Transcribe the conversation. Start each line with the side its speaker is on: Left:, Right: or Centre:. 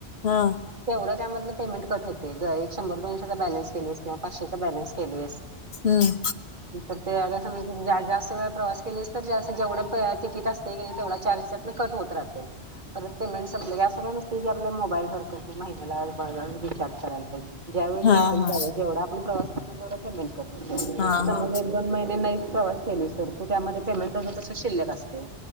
Left: हा.
Right: तेवढं त्यामधल पेमेंट कट होतय ग एक शंभर दोनशेचा बॅलन्स केलीयेस किंवा पाचशेचा बॅलेन्स केलीयेस.
Left: हम्म.
Right: म प्रत्येकाला समज तू जा जास्त वेळ प्रवास केलीस तर जास्त जेवढ तिकीट असतय की नाय तेवढा चार्जेस त्यातंन कट होत राहतय. परत पेमेंट संपलं की असं काही नसतय की आपल्या मोबाईल सारख की महिन्याला ब अह रिचार्ज करायला पाहिजे. ज्यावेळी संपेल
Left: हा हा
Right: त्यावेळी जेवढा आपण प्रवास करणार तेवढा पेमेंट कट होतोय.
Left: हा
Right: समज
Left: हा
Right: एक दोन महिने नाही प्रवास केलीस तर तू त्यामध्ये पेमेंट तस तसं शिल्लक असतय.